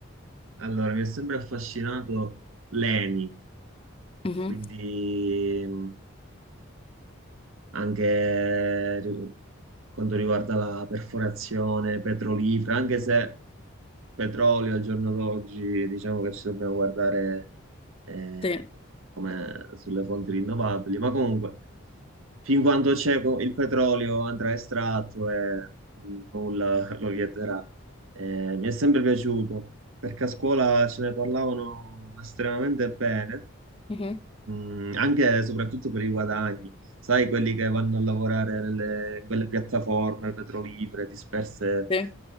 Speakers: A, on the right; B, on the left.
A: Allora, mi ha sempre affascinato l'ENI,
B: Mhm,
A: quindi mh, anche ri- quanto riguarda la perforazione petrolifera, anche se petrolio al giorno d'oggi diciamo che ci dobbiamo guardare eh,
B: Sì,
A: come sulle fonti rinnovabili, ma comunque fin quando c'è co- il petrolio andrà estratto e nulla lo vieterà. Eh, mi è sempre piaciuto perché a scuola ce ne parlavano estremamente bene
B: mhm,
A: Mm, anche e soprattutto per i guadagni, sai, quelli che vanno a lavorare nelle, in quelle piattaforme petrolifere disperse
B: sì.